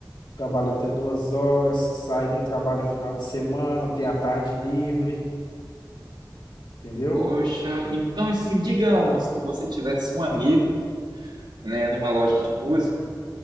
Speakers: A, on the left; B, on the right.
A: trabalha até duas horas, sai no trabalho final de semana, tem a tarde livre, entendeu?
B: Poxa, então, assim, digamos que você tivesse um amigo, né, numa loja de música,